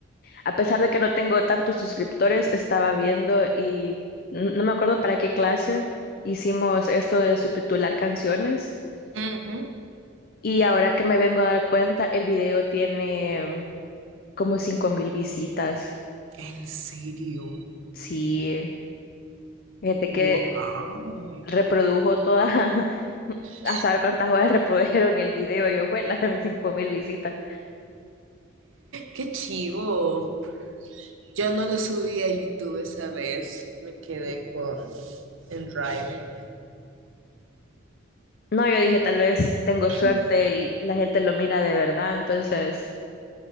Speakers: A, on the left; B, on the right.
A: a pesar de que no tengo tantos suscriptores, estaba viendo y n- no me acuerdo para qué clase hicimos esto de subtitular canciones.
B: Ajá.
A: Y ahora que me vengo a dar cuenta, el video tiene mm, como 5.000 visitas.
B: ¿En serio?
A: Sí, fíjate
B: Wow.
A: que reprodujo toda, <laughs>
B: <laughs>
A: a saber cuántas horas reprodujeron el video y ojuela, <laughs> cinco mil visitas.
B: Qué chivo. Yo no lo subí a YouTube esa vez. Me quedé con en Drive.
A: No, yo dije, tal vez tengo
B: <clears throat>
A: suerte y la gente lo mira de verdad, entonces